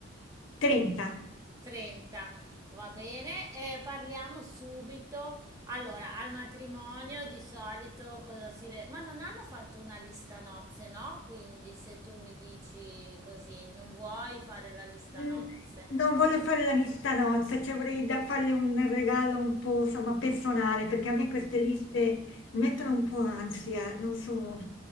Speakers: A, on the left; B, on the right.
A: 30.
B: 30, va bene, eh, parliamo subito. Allora, al matrimonio di solito cosa si... re- Ma non hanno fatto una lista nozze, no? Quindi se tu mi dici così, non vuoi fare la lista
A: Mm,
B: nozze.
A: Non voglio fare la lista nozze, cioè vorrei da- farle un regalo un po', insomma, personale, perché a me queste liste mi mettono un po' ansia, non so,